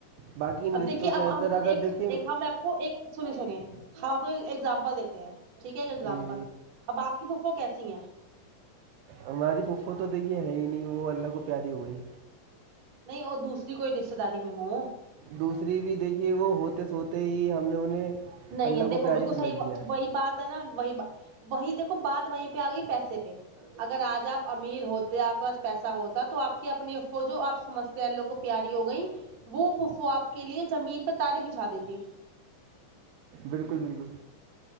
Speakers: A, on the right (about 80°); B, on the right (about 60°).
A: باقی ان
B: اب
A: رشتوں
B: دیکھیے
A: کے
B: اب
A: اندر
B: ہم
A: اگر
B: ایک
A: دیکھیے
B: ایک ہم کو ایک سنی سنیے ہم ایگزامپل دیتے ہیں ٹھیک ہے ایک ایگزامپل
A: جی
B: اب اپ کی پھپھو کیسی ہیں
A: ہماری فھفھو تو دیکھیے ہے ہی نہیں وہ اللہ کو پیاری ہو گئی
B: نہیں اور دوسری کوئی رشتے داری میں ہو
A: دوسری بھی دیکھیے وہ ہوتے سوتے ہی ہم نے انہیں
B: نہیں
A: اللہ
B: ہے
A: کو
B: دیکھو
A: پیاری
B: بالکل
A: سمجھ
B: صحیح
A: لیا ہے
B: وہی بات تنا ویبہہ وہی وہی دیکھو بات وہیں پہ اگئی پیسے پہ اگر اج اپ امیر ہوتے اپ کے پاس پیسہ ہوتا تو اپ کے اپنی ہو جو اپ سمھجتے ہیں اللہ کو پیاری ہو گئی وہ پف وہ اپ کے لیے زمین پر تارے بچھا دیتے
A: بالکل بالکل